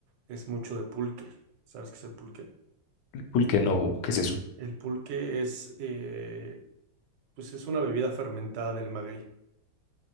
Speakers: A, on the right (about 70°); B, on the left (about 70°).
A: es mucho de pulque. ¿Sabes qué es el pulque?
B: porque no, ¿qué es eso?
A: El pulque es, eh, pues es una bebida fermentada del maguey.